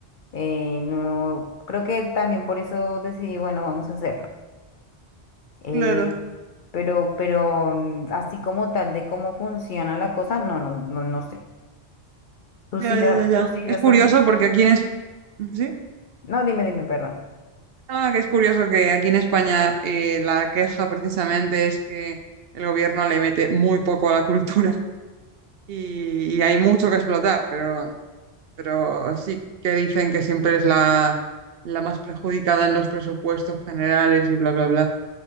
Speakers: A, on the left; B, on the right.
A: eh, no, creo que también por eso decidí, bueno, vamos a hacerlo. Eh,
B: claro,
A: pero, pero mm, así como tal de cómo funciona la cosa, no, no, no, no sé. Tú
B: ya,
A: sí ya,
B: ya, ya, ya.
A: tú sí
B: Es
A: ya estás.
B: curioso porque aquí en es... ¿Sí?
A: No, dime, dime, perdón.
B: Ah, que es curioso que aquí en España eh, la queja precisamente es que el gobierno le mete muy poco a la cultura. y, y hay mucho que explotar, pero, pero sí que dicen que siempre es la, la más perjudicada en los presupuestos generales y bla, bla, bla.